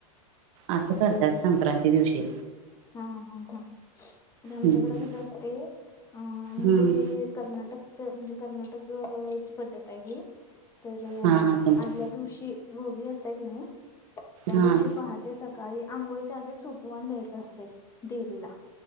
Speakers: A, on the right; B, on the left.
A: असं करत्यात संक्रांती दिवशी.
B: हा हा हा आमच्याकडे
A: हम्म
B: कसं असते हा म्हणजे
A: हम्म
B: कर्नाटक च म्हणजे कर्नाटक ची पद्धत आहे ही तर
A: हा हा तुमची
B: आदल्या दिवशी भोगी असतय कणी त्या
A: हा
B: दिवशी पहाटे स काळी आंघोळीच्या आधीच सुपवान द्यायच असते देवीला.